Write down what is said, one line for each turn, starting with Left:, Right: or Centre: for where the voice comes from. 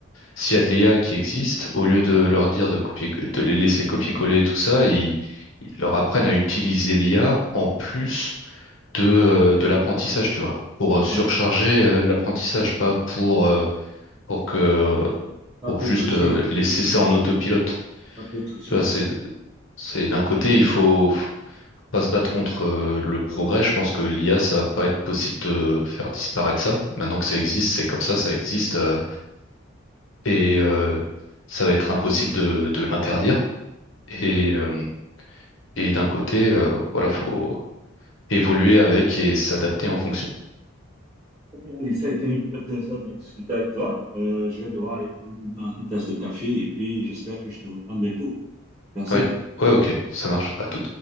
Left: s'il y a de l'IA qui existe, au lieu de leur dire de copier, de les laisser copier-coller et tout ça, ils, ils leur apprennent à utiliser l'IA en plus de, euh, de l'apprentissage, tu vois, pour euh, surcharger
Right: Ouais.
Left: euh, l'apprentissage, pas pour, euh, pour que, euh,
Right: Pas
Left: pour
Right: pour
Left: juste
Right: tricher,
Left: euh, laisser ça en autopilote.
Right: pas pour tricher.
Left: Tu vois, c'est, c'est d'un côté, il faut pas se battre contre euh, le progrès. Je pense que l'IA, ça va pas être possible de faire disparaître ça. Maintenant que ça existe, c'est comme ça, ça existe. euh, et euh, ça va être impossible de, de l'interdire. Et,
Right: Ouais.
Left: euh, et d'un côté, euh, voilà, faut évoluer avec et s'adapter en fonction.
Right: Ok, allez, ça a été un plaisir de discuter avec toi. Euh, je vais devoir aller prendre une, tasse- une tasse de café et puis j'espère que je te reprends bientôt. Merci.
Left: Oui, ouais, ok, ça marche. À tout